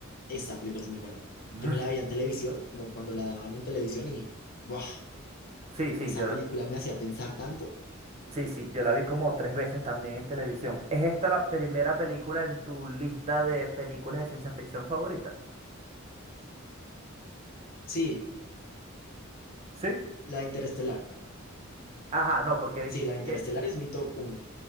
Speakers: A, on the left (about 45°); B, on the right (about 30°).
A: esa película es muy buena.
B: Mm,
A: Yo me la veía en televisión, como cuando la daban en televisión y, ¡buah!
B: Sí, sí,
A: Esa
B: yo la,
A: película me hacía pensar tanto.
B: sí, sí, yo la vi como tres veces también en televisión. ¿Es esta la primera película en tu lista de películas de ciencia ficción favorita?
A: Sí,
B: Sí.
A: la de Interestelar.
B: Ajá, no, porque dijiste
A: Sí, la de Interestelar
B: que,
A: es mi top uno.